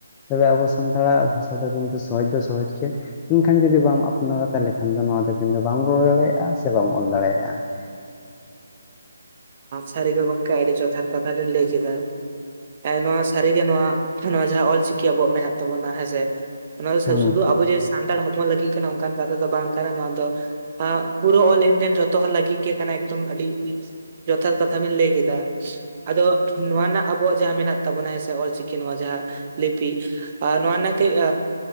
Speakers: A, on the left; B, on the right.
A: ᱛᱚᱵᱮ ᱟᱵᱚ ᱥᱟᱱᱛᱟᱲᱟᱜ ᱵᱷᱟᱥᱟ ᱫᱚ ᱠᱤᱱᱛᱩ ᱥᱚᱦᱚᱡᱽ ᱫᱚ ᱥᱚᱦᱚᱡᱽ ᱜᱮᱭᱟ ᱢᱮᱱᱠᱷᱟᱱ ᱡᱩᱫᱤ ᱵᱟᱢ ᱟᱯᱱᱟᱨᱟ ᱛᱟᱦᱚᱞᱮ ᱠᱷᱟᱱ ᱫᱚ ᱱᱚᱣᱟ ᱫᱚ ᱠᱤᱱᱛᱩ ᱵᱟᱢ ᱨᱚᱲ ᱫᱟᱲᱮᱭᱟᱜᱼᱟ ᱥᱮ ᱵᱟᱢ ᱚᱞ ᱫᱟᱲᱮᱭᱟᱜᱼᱟ ᱾
B: ᱥᱟᱹᱨᱤᱜᱮ ᱜᱚᱢᱠᱮ ᱟᱹᱰᱤ ᱡᱚᱛᱷᱟᱛ ᱠᱟᱛᱷᱟ ᱵᱮᱱ ᱞᱟᱹᱭ ᱠᱮᱫᱟ ᱮ ᱱᱚᱣᱟ ᱥᱟᱹᱨᱤᱜᱮ ᱱᱚᱣᱟ ᱱᱚᱣᱟ ᱡᱟᱦᱟᱸ ᱚᱞᱪᱤᱠᱤ ᱟᱵᱚᱣᱟᱜ ᱢᱮᱱᱟᱜ ᱛᱟᱵᱚᱱᱟ ᱦᱮᱸᱥᱮ ᱚᱱᱟ
A: ᱦᱮᱸ
B: ᱥᱩᱫᱷᱩ ᱟᱵᱚ ᱡᱮ ᱥᱟᱱᱛᱟᱲ ᱦᱚᱯᱚᱱ ᱞᱟᱹᱜᱤᱫ ᱠᱟᱱᱟ ᱚᱱᱠᱟᱱ ᱠᱟᱛᱷᱟ ᱫᱚ ᱵᱟᱝ ᱠᱟᱱᱟ ᱱᱚᱣᱟ ᱫᱚ ᱯᱩᱨᱟᱹ ᱚᱞ ᱤᱱᱰᱤᱭᱟᱱ ᱡᱷᱚᱛᱚ ᱦᱚᱲ ᱞᱟᱹᱜᱤᱫ ᱜᱮ ᱠᱟᱱᱟ ᱮᱠᱫᱚᱢ ᱟᱹᱰᱤ ᱡᱚᱛᱷᱟᱛ ᱠᱟᱛᱷᱟ ᱵᱮᱱ ᱞᱟᱹᱭ ᱠᱮᱫᱟ ᱟᱫᱚ ᱱᱚᱣᱟ ᱨᱮᱱᱟᱜ ᱟᱵᱚᱣᱟᱜ ᱡᱟᱦᱟᱸ ᱢᱮᱱᱟᱜ ᱛᱟᱵᱚᱱᱟ ᱦᱮᱸ ᱥᱮ ᱚᱞᱪᱤᱠᱤ ᱱᱚᱣᱟ ᱡᱟᱦᱟᱸ ᱞᱤᱯᱤ ᱱᱚᱣᱟ ᱨᱮᱱᱟᱜ ᱠᱟᱹᱡ